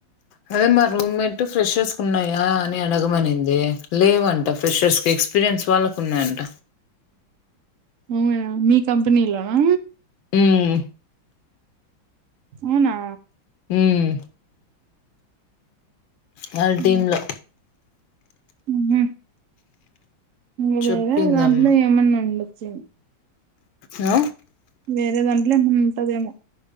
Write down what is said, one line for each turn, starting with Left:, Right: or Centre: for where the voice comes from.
Left: అదే మా రూమ్ మేట్ ఫ్రెషర్స్ కున్నాయా అని అడగమనిన్ది లేవంట ఫ్రెష ఎక్స్పీరియన్స్ వాళ్ళకున్నాయంట
Right: అవునా మీ కంపెనీలోనా
Left: మ్మ్
Right: ఔనా
Left: మ్మ్ వాళ్ళ
Right: ఉ
Left: టీమ్ లో
Right: హుమ్ ఇదేగా
Left: చెప్పిందమ్మ
Right: దాంట్లో ఏమన్నా ఉండొచ్చు
Left: అ
Right: వేరే దాంట్లో ఏమో ఉంటదేమో